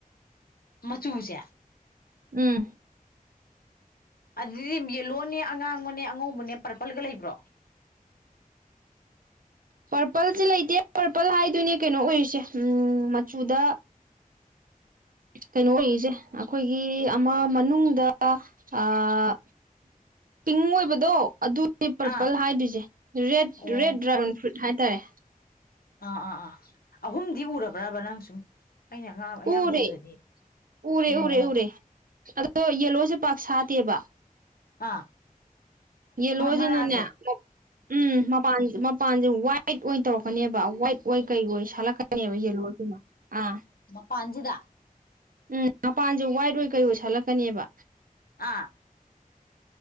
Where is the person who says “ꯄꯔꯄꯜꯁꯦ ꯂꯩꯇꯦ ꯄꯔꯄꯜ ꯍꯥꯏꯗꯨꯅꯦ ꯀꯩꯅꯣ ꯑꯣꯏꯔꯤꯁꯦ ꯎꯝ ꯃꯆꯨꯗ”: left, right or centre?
Right